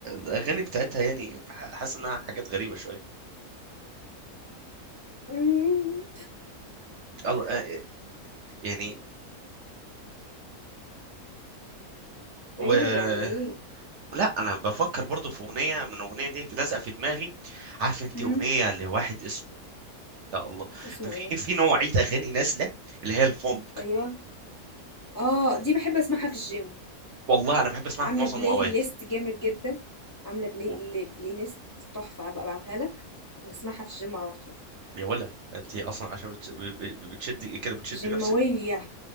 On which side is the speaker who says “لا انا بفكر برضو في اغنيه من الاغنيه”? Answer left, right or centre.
Right